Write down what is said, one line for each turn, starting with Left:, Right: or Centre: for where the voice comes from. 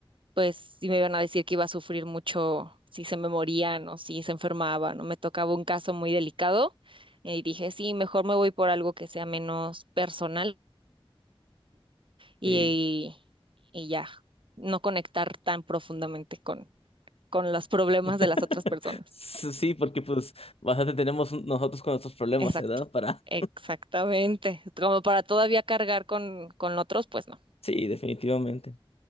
Right: pues sí me iban a decir que iba a sufrir mucho si se me morían o si se enfermaban o me tocaba un caso muy delicado y dije, sí, mejor me voy por algo que sea menos personal y,
Left: sí.
Right: y ya, no conectar tan profundamente con, con los problemas
Left: <laughs>
Right: de las otras personas.
Left: Sí, porque pues bastante tenemos nosotros con nuestros problemas,
Right: Exacto.
Left: ¿verdad? Para...
Right: Exactamente.
Left: <laughs>
Right: Como para todavía cargar con, con otros, pues no.
Left: Sí, definitivamente.